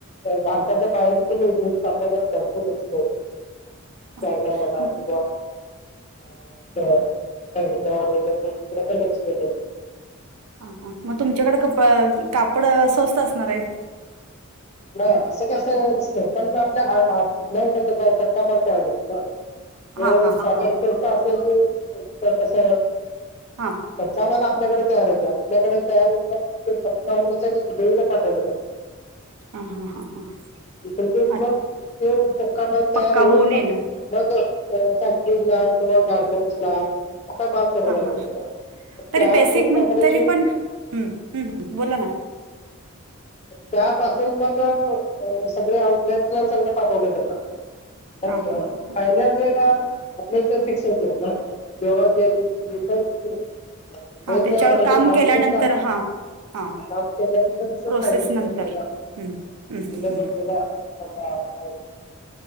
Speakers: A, on the left; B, on the right.
A: भारताच्या बाहेर देखील इथून कापड भरपूर एक्सपोर्ट होतो.
B: हा,
A: कायना मला
B: मग
A: किवा <unintelligible> तर हे तिकडं पण एक्सपोर्ट होतात.
B: हा हा, मग तुमच्याकडे कप कापड स्वस्त असणार हाईत?
A: नाही असं कसं <unintelligible> आपल्या आपल्याकड कसंय कच्चा माल तयार होतो ना. जो
B: हा हा हा
A: कापड
B: हा
A: स्वस्त असल की <unintelligible> कस
B: हां.
A: कच्चा माल आपल्याकडे तयार होतोय. आपल्याकडे तयार होऊन मग त्यो पक्का होण्यासाठी दुसरीकडं पाठवलं जात.
B: ह हा हा हा.
A: <unintelligible>
B: हा
A: मग ते पक्का माल तयार
B: पक्का
A: होईल
B: होऊन
A: मग.
B: येणार
A: मग कवा फॅक्टरीला कवा गारमेंट्ला. असा बाल तरवला
B: हा हा
A: जातो काय? त्यातून
B: तरी बेसिक म्हण
A: कपड्याची
B: तरी पण हम्म बोला ना.
A: त्यापासून मग सगळे आउटलेटला संग पाठवलं जातं. मग
B: हा हा ह हा
A: फायनल डेटा? आपल्या इथं फिक्स होतं ना, <unintelligible> मेन
B: हा त्याच्यावर
A: म्हणजे
B: काम
A: आउटलेट
B: केल्यानंतर
A: लागत,
B: हा हा
A: काम केल्यानंतरचं
B: प्रोसेस
A: <unintelligible>
B: नंतर हम्म हम्म हम्म हम्म